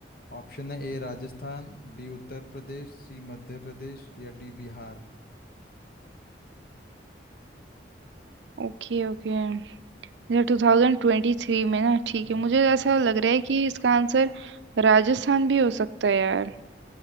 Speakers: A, on the left; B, on the right.
A: ऑप्शन है A Rajasthan B Uttar Pradesh C Madhya Pradesh या डी बिहार
B: ओके ओके या 2023 में ना ठीक
A: हाँ
B: है मुझे ऐसा लग रहा है कि इसका आंसर राजस्थान भी हो सकता है यार